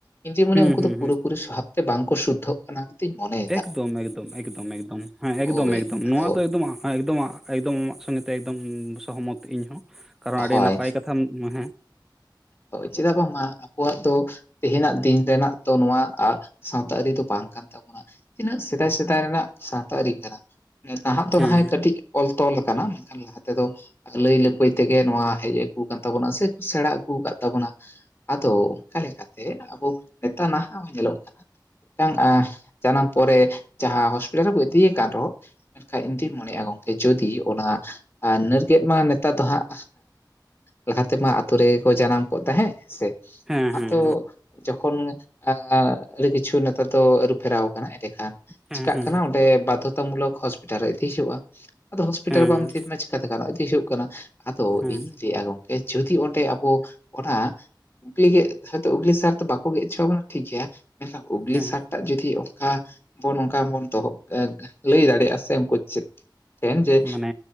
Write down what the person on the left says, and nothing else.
ᱤᱧᱡᱮᱧ ᱢᱚᱱᱮᱭᱟ
ᱩᱱᱠᱩ
ᱫᱚ ᱯᱩᱨᱟᱹ
ᱯᱩᱨᱤ ᱵᱷᱟᱵᱽ ᱛᱮ ᱵᱟᱝ ᱠᱚ ᱥᱩᱫᱽᱫᱷᱚᱜ ᱠᱟᱱᱟ᱾ ᱢᱮᱱᱛᱤᱧ ᱢᱚᱱᱮᱭᱟ
ᱦᱳᱭ
ᱟᱫᱚ
ᱦᱳᱭ
ᱦᱳᱭ, ᱪᱮᱫᱟᱜ ᱵᱟᱝ ᱢᱟ ᱟᱵᱚᱣᱟᱜ ᱫᱚ ᱛᱮᱦᱮᱱᱟᱜ ᱫᱤᱱ ᱨᱮᱱᱟᱜ ᱛᱚ ᱱᱚᱣᱟ ᱟᱨ ᱥᱟᱶᱛᱟ ᱟᱹᱨᱤ ᱫᱚ ᱵᱟᱝ ᱠᱟᱱ ᱛᱟᱵᱚᱱᱟ᱾ ᱛᱤᱱᱟᱹᱜ ᱥᱮᱫᱟᱭ-ᱥᱮᱫᱟᱭ ᱨᱮᱱᱟᱜ ᱥᱟᱶᱛᱟ ᱟᱹᱨᱤ ᱠᱟᱱᱟ᱾ ᱱᱟᱦᱟᱜ ᱫᱚ
ᱱᱟᱦᱭ ᱠᱟᱹᱴᱤᱡ ᱚᱞ ᱛᱚᱞ ᱠᱟᱱᱟ ᱢᱮᱱᱠᱷᱟᱱ ᱞᱟᱦᱟᱛᱮ ᱛᱮᱫᱚ ᱞᱟᱹᱭ ᱞᱟᱹᱯᱟᱹᱭ ᱛᱮᱜᱮ ᱱᱚᱣᱟ ᱦᱮᱡ ᱟᱠᱩ ᱠᱟᱱ ᱛᱟᱵᱚᱱᱟ ᱥᱮ ᱥᱮᱬᱟ ᱟᱹᱜᱩ ᱟᱠᱟᱫ ᱛᱟᱵᱚᱱᱟ ᱟᱫᱚ ᱚᱱᱠᱟ ᱞᱮᱠᱟᱛᱮ ᱟᱵᱚ ᱱᱮᱛᱟᱨ ᱱᱟᱦᱟᱜ ᱦᱚᱸ ᱧᱮᱞᱚᱜ ᱠᱟᱱᱟ ᱢᱤᱫᱴᱟᱝ ᱟᱨ ᱡᱟᱱᱟᱢ ᱯᱚᱨᱮ ᱡᱟᱦᱟᱸ ᱦᱚᱥᱯᱤᱴᱟᱞ ᱨᱮᱠᱚ ᱤᱫᱤᱭᱮ ᱠᱟᱱ ᱨᱮᱦᱚᱸ ᱢᱮᱱᱠᱷᱟᱡ ᱤᱧ ᱫᱩᱧ ᱢᱚᱱᱮᱭᱟ ᱜᱚᱢᱠᱮ ᱡᱩᱫᱤ ᱚᱱᱟ ᱟᱨ ᱱᱟ. ᱨ ᱜᱮᱫ ᱢᱟ ᱱᱮᱛᱟᱨ ᱫᱚ ᱦᱟᱸᱜ ᱞᱟᱦᱟ ᱛᱮᱢᱟ ᱟᱹᱛᱩ ᱨᱮ ᱠᱚ ᱡᱟᱱᱟᱢ ᱠᱚᱜ ᱛᱟᱦᱮᱸᱜ ᱥᱮ
ᱟᱸᱜ
ᱛᱚ ᱡᱚᱠᱷᱚᱱ ᱟᱸ ᱟᱹᱰᱤ ᱠᱤᱪᱷᱩ ᱱᱮᱛᱟᱨ ᱫᱚ ᱟᱹᱨᱩ ᱯᱷᱮᱨᱟᱣ ᱟᱠᱟᱱᱟ᱾ ᱮᱸᱰᱮᱠᱷᱟᱱ
ᱪᱮᱠᱟᱜ
ᱠᱟᱱᱟ, ᱚᱸᱰᱮ ᱵᱟᱫᱽᱫᱷᱚᱛᱟ ᱢᱩᱞᱚᱠ ᱦᱚᱥᱯᱤᱴᱟᱞ ᱨᱮ ᱤᱫᱤ ᱦᱩᱭᱩᱜᱼᱟ᱾ ᱟᱫᱚ ᱦᱚᱥᱯᱤᱴᱟᱞ
ᱵᱟᱢ ᱠᱟᱛᱮ ᱜᱟᱱᱚᱜ ᱤᱫᱤ ᱦᱩᱭᱩᱜ ᱠᱟᱱᱟ᱾ ᱟᱫᱚ
ᱤᱧᱤᱧ ᱞᱟᱹᱭᱮᱜᱼᱟ, ᱜᱚᱢᱠᱮ ᱡᱚᱫᱤ ᱚᱸᱰᱮ ᱟᱵᱚ ᱚᱱᱟ ᱩᱜᱽᱞᱤ ᱜᱮᱫ ᱦᱚᱭᱛᱚ ᱩᱜᱽᱞᱤ ᱥᱟᱨ ᱫᱚ ᱵᱟᱠᱚ ᱜᱮᱜ ᱦᱚᱪᱚ ᱟᱵᱚᱱᱟ ᱴᱷᱤᱠ ᱜᱮᱭᱟ ᱢᱮᱱᱠᱷᱟᱱ ᱩᱜᱽᱞᱤ
ᱥᱟᱨ ᱛᱟᱜ ᱡᱩᱫᱤ ᱚᱱᱠᱟ ᱵᱚᱱ, ᱚᱱᱠᱟ ᱵᱚᱱ ᱫᱚᱦᱚᱵᱽ ᱮ ᱞᱟᱹᱭ ᱫᱟᱲᱮᱭᱟᱜᱼᱟ ᱥᱮ ᱩᱱᱠᱩ ᱪᱮ ᱡᱮ